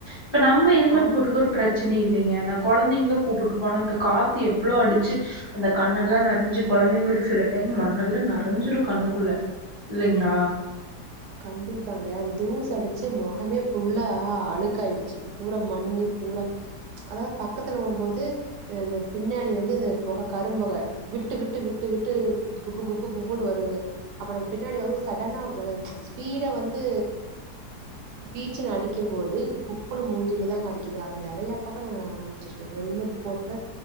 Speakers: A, on the left (about 35°); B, on the right (about 75°).
A: இப்ப நம்ம ஹெமெட்
B: ஆம்.
A: போட்டுக்குறோ பிரச்சன இல்லைங்க ஆனா கொழந்தைங்களு கூப்ட்டு போனா அந்த காத்து எவ்ளோ அடிச்சி அந்த கண்ணெல்லா நெறஞ்சி கொழந்தைங்களுக்கு சில டைம் மண்ணெல்லா நெறஞ்சிரு கண்ணுக்குள்ள இல்லைங்களா
B: கண்டிப்பாங்க அந்த தூசு அடிச்சு மொகமே ஃபுல்லா அழுக்காயிடுச்சி பூரா மண்ணு பூரா அதாவது பக்கத்துல போம்போது இந்த பின்னாடி வந்து இந்த பொக கரும்பொக விட்டு விட்டு விட்டு விட்டு குபு குபு குபுன்னு வருதுங்க அப்ப நம்ம பின்னாடி வரும்போது சடனா வ ஸ்பீட வந்து பீச்சுன்னு அடிக்கும் போது குப்புன்னு மூஞ்சில தாங்க அடிக்குது அது நெறையா பக்கோ நாங்க அனுபவச்சி ஹெல்மெட் போட்டு